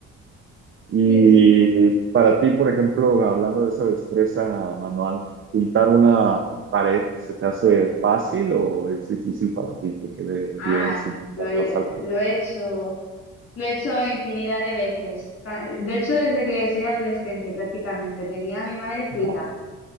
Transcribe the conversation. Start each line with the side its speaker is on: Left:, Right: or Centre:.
Right: Y
Left: Sí, sí.
Right: para ti, por ejemplo, hablando de esa destreza manual, pintar una pared, ¿se te hace fácil o es difícil para ti que quede
Left: Ah,
Right: bien sin pintar
Left: lo he,
Right: los alrededores?
Left: lo he hecho, lo he hecho infinidad de veces. Ta- De hecho, desde que soy adolescente prácticamente, tenía a mi madre
Right: Ajá.
Left: frita,